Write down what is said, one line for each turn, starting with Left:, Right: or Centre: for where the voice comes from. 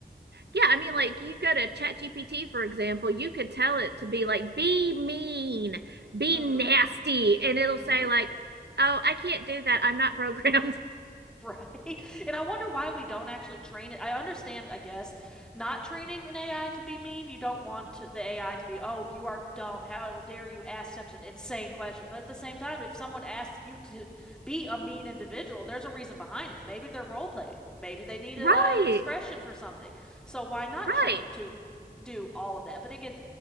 Right: Yeah, I mean, like you go to ChatGPT, for example, you could tell it to be like, be mean, be
Centre: Mm-hmm.
Right: nasty, and it'll
Centre: Mm-hmm.
Right: say, like, oh, I can't do that. I'm not programmed. <laughs>
Centre: Right. <laughs> And I wonder why we don't actually train it. I understand, I guess, not training an AI to be mean. You don't want to- the AI to be, oh, you are dumb. How dare you ask such an insane question? But at the same time, if someone asks you to be a mean individual, there's a reason behind it. Maybe they're role playing. Maybe they need
Right: Right,
Centre: a, uh expression for something. So why not
Right: right.
Centre: train it to do all of that? But again,